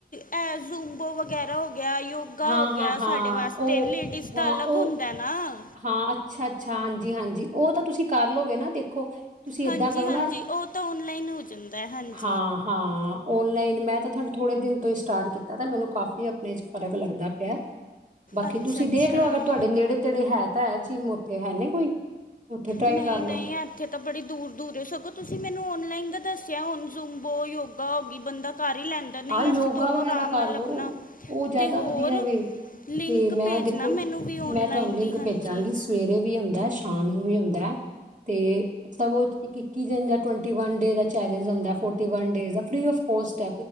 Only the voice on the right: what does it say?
ਹਾਂ
ਹਾਂ
ਹਾਂ
ਉਹ
ਹਾਂ
ਉਹ
ਹਾਂ। ਅੱਛਾ-ਅੱਛਾ, ਹਾਂਜੀ -ਹਾਂਜੀ ਉਹ ਤਾਂ ਤੁਸੀਂ ਕਰ ਲਓਗੇ ਨਾ ਦੇਖੋ ਤੁਸੀਂ ਏਦਾਂ
ਕਰੋ
ਨਾ।
ਹਾਂ -ਹਾਂ ਔਨਲਾਈਨ ਮੈਂ ਤਾਂ ਤੁਹਾਨੂੰ ਥੋੜ੍ਹੇ ਦਿਨ ਤੋਂ ਹੀ ਸਟਾਰਟ ਕੀਤਾ ਤਾਂ ਮੈਨੂੰ ਕਾਫੀ ਆਪਣੇ 'ਚ ਫਰਕ ਲੱਗਦਾ ਪਿਆ। ਬਾਕੀ
ਤੁਸੀਂ
ਦੇਖ ਲਓ ਅਗਰ ਤੁਹਾਡੇ ਨੇੜੇ ਤੇੜੇ ਹੈ ਤਾਂ ਹੈ। ਜੀਮ ਉੱਥੇ ਹੈ ਨੇ ਕੋਈ? ਉੱਥੇ ਟਰਾਈ
ਕਰ ਲੋ
ਆਹ
ਯੋਗਾ
ਵਗੈਰਾ
ਕਰ
ਲੋ
ਉਹ ਜ਼ਿਆਦਾ
ਵਧੀਆ ਵੇ
ਤੇ ਮੈਂ
ਦੇਖੋ
ਮੈਂ ਤੁਹਾਨੂੰ ਲਿੰਕ
ਭੇਜਾਂਗੀ ਸਵੇਰੇ ਵੀ ਹੁੰਦਾ ਸ਼ਾਮ ਨੂੰ ਵੀ ਹੁੰਦਾ ਐ ਤੇ। ਸਗੋਂ ਇੱਕੀ ਦਿਨ ਦੇ ਇੱਕੀ ਡੇ ਚੈਲੇੰਜ ਹੁੰਦਾ ਹੈ ਇਕਤਾਲੀ ਡੇਜ਼ ਆ ਫਰੀ ਆਫ ਕੋਸਟ